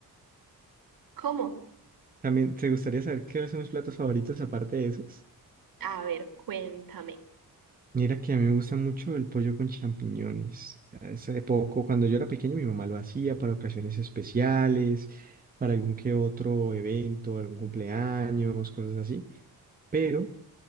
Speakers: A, on the right; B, on the right.
A: ¿Cómo?
B: también te gustaría saber qué son mis platos favoritos aparte de esos.
A: A ver, cuéntame.
B: Mira que a mí me gusta mucho el pollo con champiñones. Hace poco, cuando yo era pequeño, mi mamá lo hacía para ocasiones especiales, para algún que otro evento, algún cumpleaños, cosas así. Pero